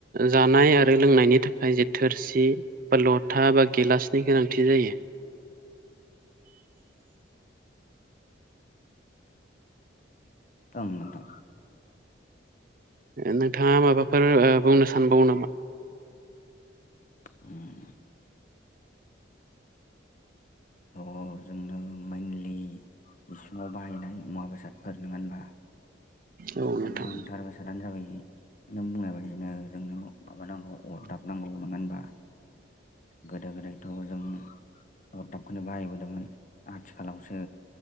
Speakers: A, on the right; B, on the left.
A: जानाय आर रो लोंनायनि थाखाय जे थोरसि बा लथा बा गिलासनि गोनांथि जायो।
B: ओम नोंथां।
A: नोंथाङा माबाफोर बुंनो सानबावो नामा?
B: उम अ जोंनो मेनलि इसिङाव बाहायनाय मुवा बेसादफोर नोङा होनबा?
A: औ नोंथां
B: गोनांथार बेसादानो जाबाय नों बुंनाय बादिनो जोंनो माबा नांगौ अरदाब नांगौ नङा होनबा? गोदो गोदायथ' जों अरदाबखोनो बाहायोमोन। मोन आथिखालावसो